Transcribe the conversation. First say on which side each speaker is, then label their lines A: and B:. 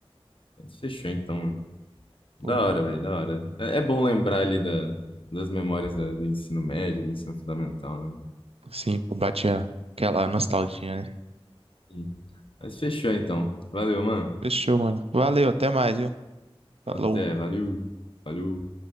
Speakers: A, on the left; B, on the right.
A: Mas Fechou então, mano.
B: Pô,
A: Da hora, velho, da hora. É, é bom lembrar ali da, das memórias da- do ensino médio, do ensino fundamental, né? mano?
B: sim, pô, bate a- aquela nostalgia, né?
A: Sim. Mas fechou então. Valeu, mano.
B: Fechou, mano. Valeu, até mais, viu? Falou.
A: Até, valeu. Valeu.